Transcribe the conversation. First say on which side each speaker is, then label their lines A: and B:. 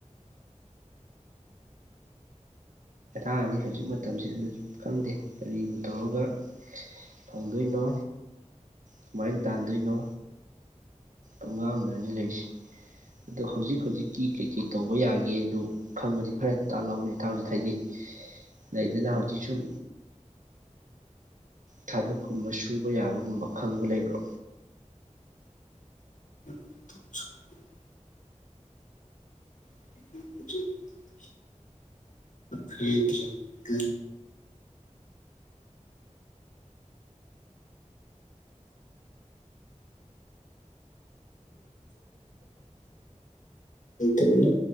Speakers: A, on the right; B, on the left.
A: ꯍꯥꯅꯤ ꯍꯧꯖꯤꯛ ꯃꯇꯝꯁꯦ ꯑꯗꯨ ꯈꯪꯗꯦ ꯀꯔꯤꯕꯨ ꯇꯧꯔꯒ ꯐꯪꯗꯣꯏꯅꯣ ꯁꯨꯃꯥꯏꯅ ꯇꯥꯟꯗꯣꯏꯅꯣ ꯑꯪꯒꯥꯥꯡꯝꯗꯖꯤ ꯂꯩꯔꯤꯁꯤ ꯑꯗ ꯍꯧꯖꯤꯛ ꯍꯧꯖꯤꯛꯀꯤ ꯀꯩ ꯀꯩ ꯇꯧꯕ ꯌꯥꯒꯦ ꯑꯗꯨ ꯈꯪꯕꯗꯤ ꯈꯔ ꯇꯥꯛꯍꯧꯅꯤ ꯍꯧꯖꯤꯛ ꯍꯥꯏꯩꯗꯤ ꯂꯩꯗꯅ ꯍꯧꯖꯤꯛ ꯁꯨꯝ ꯊꯕꯛꯀꯨꯝꯕ ꯁꯨꯕ ꯌꯥꯕꯒꯨꯝꯕ ꯈꯪꯕ ꯂꯩꯕ꯭ꯔꯣ
B: <inaudible> ꯎ ꯍꯥꯏ ꯊꯔꯤ ꯎꯝ